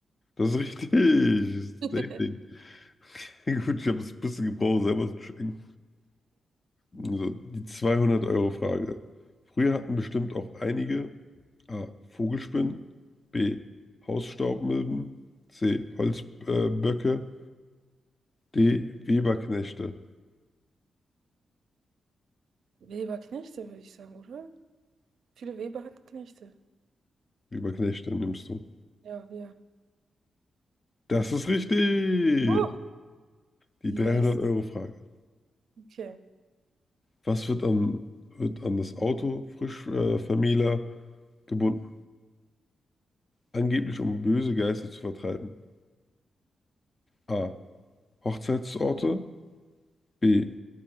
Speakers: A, on the left; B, on the right.
A: Das ist richtig. Das ist
B: <laughs>
A: Dating. <laughs> Gut, ich habe es ein bisschen gebraucht, selber zu checken. Also die 200-Euro-Frage. Früher hatten bestimmt auch einige A. Vogelspinnen, B. Hausstaubmilben, C. Holzböcke, Die Weberknechte.
B: Weber-Knechte, würde ich sagen, oder? Viele Weber hatten Knechte.
A: Weberknechte nimmst du.
B: Ja, ja.
A: Das ist richtig.
B: Oh,
A: Die
B: yes.
A: 300-Euro-Frage.
B: Okay.
A: Was wird an, wird an das Auto frisch äh, Vermähler gebunden? Angeblich, um böse Geister zu vertreiben. A. Hochzeitsorte. B.